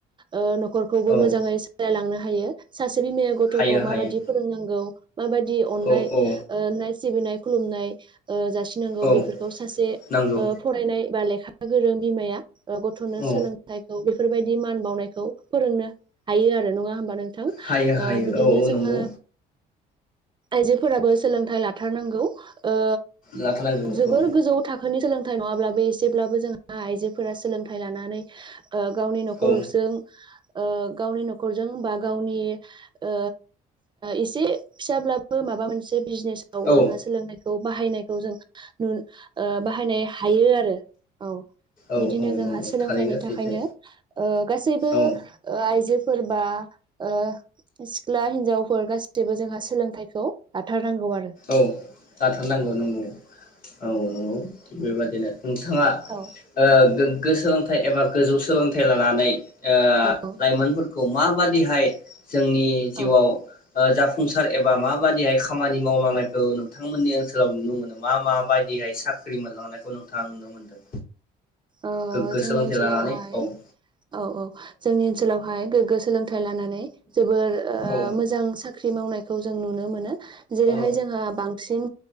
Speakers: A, on the right; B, on the left.
A: ओ न'खरखौबो
B: औ
A: मोजाङै सालायलांनो हायो सासे बिमाया गथ'खौ
B: हायो हायो
A: माबायदि फोरोंनांगौ माबादि अननाय
B: औ औ
A: नाय सिबिनाय खुलुमनाय ओ जासिनांगौ
B: औ
A: बेफोरखौ सासे
B: नांगौ
A: ओ फरायनाय बा लेख लेखा गोरों बिमाया ओ गथ'नो
B: औ
A: सोलोंथाइखौ बे बेफोरबायदि मान बावनायखौ फोरोंनो हायो आरो नङा होनबा नोंथां ओ
B: हायो हायो
A: बिदिनो
B: औ औ
A: जोंहा
B: नंगौ
A: आइजोफोराबो सोलोंथाइ लाथारनांगौ ओ
B: लाथानांगौ
A: जोबोर
B: औ
A: गोजौ थाखोनि सोलों थाइ नङाब्लाबो एसेब्लाबो जोंहा आइजोफोरा सोलोंथाइ लानानै ओ गावनि नखरजों।
B: औ
A: ओ गावनि नखरजों बा गावनि ओ एसे फिसाब्लाबो माबा मोनसे। जेसआव
B: औ
A: जोंहा सोलोंथायखौ। बाहायनायखौ जों नु ओ बाहायनाय हायो आरो औ
B: औ
A: बिदिनो जोंहा
B: नंगौ
A: सोलोंथाइनि
B: थारैनो
A: थाखायनो
B: सैथो
A: ओ गासैबो
B: औ
A: ओ आइजो। फोरबा ओ सिख्ला हिनजावफोर गासिबो जोंहा सोलोंथाइखौ लाथारनांगौ आरो
B: औ आथारनांगौ नंगौ औ नंगौ बेबादिनो। नोंथांङा
A: औ
B: ओ गोग्गो सोलों थाइ एबा गोजौ सोलोंथाइ लानानै। ओ
A: औ
B: लाइमोनफोरखौ माबादिहाय। जोंनि जिउआव।
A: औ
B: ओ जाफुंसार एबा माबादि हाय खामानि। मावलांनायखौ नोंथांमोननि ओनसोलाव नुनो मोनदों मा मा बायदिहाय साख्रि मोनलांनायखौ नोंथाङा नुनो मोनदों?
A: ओ
B: गोग्गो
A: जोंनि
B: सोलोंथाइ
A: ओनसोलावहाय
B: लानानै औ
A: औ औ जोंनि ओनसोलावहाय गोग्गो सोलोंथाइ लानानै जोबोर
B: औ
A: मोजां साख्रि मावनाय। खौ जों नुनो मोनो। जेरैहाय
B: औ
A: जोंहा बांसिन।